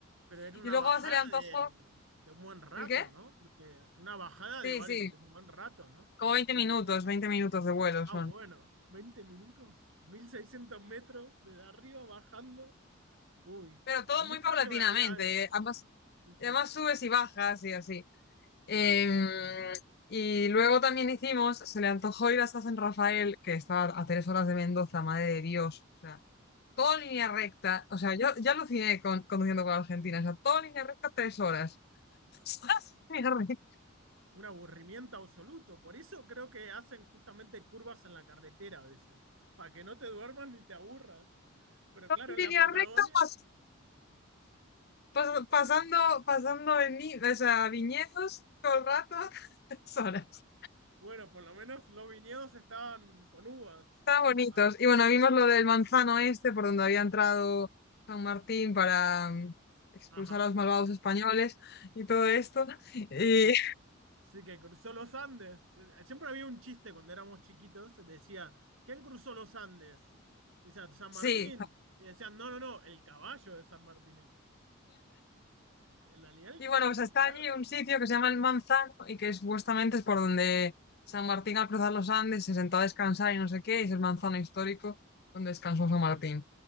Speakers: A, on the right; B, on the left.
A: Pero era
B: Y
A: una
B: luego
A: bajada
B: se le antojó,
A: de, de un buen rato,
B: ¿el qué?
A: ¿no? Porque una bajada de,
B: Sí,
A: vari-
B: sí,
A: de un buen rato, ¿no?
B: como 20
A: Tipo,
B: minutos, 20 minutos de vuelo
A: ah,
B: son.
A: bueno, 20 minutos, 1600 metros desde arriba bajando. Uy,
B: Pero todo
A: a mí
B: muy
A: creo
B: paulatinamente,
A: que me daría algo, ¿eh?
B: eh, Ambas,
A: Sí, sí,
B: además subes y bajas y así. Em,
A: claro, claro.
B: y luego también hicimos, se le antojó ir hasta San Rafael, que está a tres horas de Mendoza, madre de Dios. o sea todo en línea recta. O sea, yo ya aluciné con, conduciendo con Argentina. O sea, todo en línea recta, tres horas. <laughs> Todo en línea recta,
A: Un aburrimiento absoluto. Por eso creo que hacen justamente curvas en la carretera a veces, para que no te duermas ni te aburras. Pero
B: todo
A: claro,
B: en
A: en
B: línea
A: la Patagonia,
B: recta, pas- pas- pasando, pasando en, vi- o sea, viñedos todo el rato, <laughs> tres horas.
A: bueno, por lo menos los viñedos estaban con uvas.
B: Estaban bonitos.
A: Ah,
B: Y bueno, vimos lo del manzano este, por donde había entrado San Martín para mm, expulsar
A: ajá.
B: a los malvados españoles y todo esto. Y
A: Sí, que cruzó los Andes. Eh, Siempre había un chiste cuando éramos chiquitos, decía, ¿quién cruzó los Andes? Y decía, San
B: <laughs>
A: Martín.
B: sí,
A: Y decían, no, no, no, el caballo de San Martín. En realidad, el-
B: Y bueno, pues
A: <laughs>
B: está
A: claro.
B: allí un sitio que se llama El Manzano y que supuestamente es por donde San Martín al cruzar los Andes se sentó a descansar y no sé qué, y es el manzano histórico donde descansó San
A: Sí,
B: Martín.